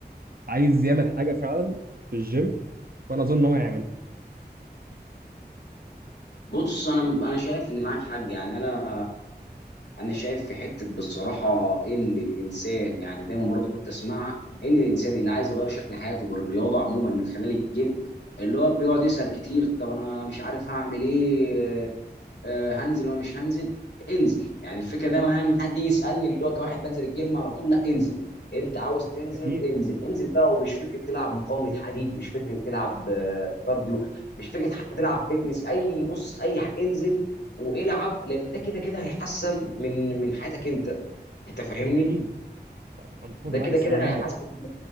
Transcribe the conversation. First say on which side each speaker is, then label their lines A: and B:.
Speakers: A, on the right; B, on the left.
A: عايز يعمل حاجه فعلا في الجيم فانا اظن ان هو يعمل
B: بص انا انا شايف ان معاك حق يعني انا انا شايف في حتة بصراحة ان الانسان يعني دايما برضو كنت اسمعها ان الانسان اللي عايز يغير شكل حياته بالرياضة عموما من خلال الجيم اللي هو بيقعد يسأل كتير طب انا مش عارف هعمل ايه آه، هنزل ولا مش هنزل انزل يعني الفكره دايما انا لما حد يجي يسالني اللي هو كواحد بنزل الجيم على طول لا انزل انت عاوز تنزل
A: اكيد
B: انزل انزل بقى ومش فكره تلعب مقاومه حديد مش فكره تلعب آه، كارديو مش فكره حتى تلعب فيتنس اي بص اي ح- انزل والعب لان ده كده كده هيحسن من من حياتك انت انت فاهمني
A: اكيد انا متفق
B: ده
A: معاك
B: كده
A: الصراحه
B: كده
A: جدا
B: هيحسن